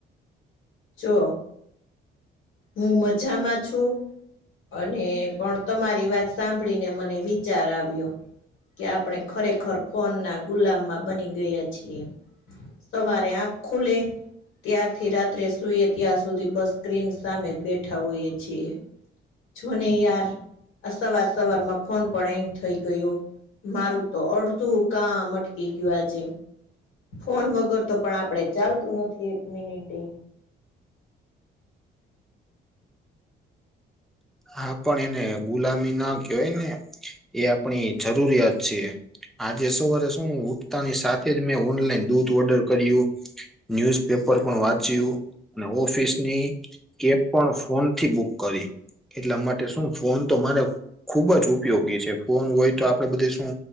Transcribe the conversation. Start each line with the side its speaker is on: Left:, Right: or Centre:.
Left: જો હું મજામાં છુ. અને પણ તમારી વાત સાંભળીને મને વિચાર આવ્યો કે આપણે ખરેખર ફોન ના ગુલામમાં બની ગયા છીએ. સવારે આંખ ખુલે ત્યારથી રાત્રે સુ સુઈએ ત્યાં સુધી બસ સ્ક્રીન સામે જ બેઠા હોઈએ છીએ. જો ને યાર આ સવાર સવાર માં ફોન પણ એેંગ થઈ ગયો મારું તો અડધું કા મટકી ગયું આ જેમ ફોન વગર તો પણ આપડણે ચાલતું નથી એક મિનિટે
Centre: હા પણ એને ગુલામી ના કહેવાય ને એ આપણી જરૂરિયાત છે. આજે સવારે શું ઉઠતાની સાથે જ મેં ઓનલાઈન દૂધ ઓર્ડર કર્યું ન્યુઝ પેપર પણ વાત અને ઓફિસની કેબ પણ ફોન થી બુક કરી એટલા માટે શું ફોન તો મારે ખુબ જ ઉપયોગી છે, ફોન હોય તો આપડે બધે શું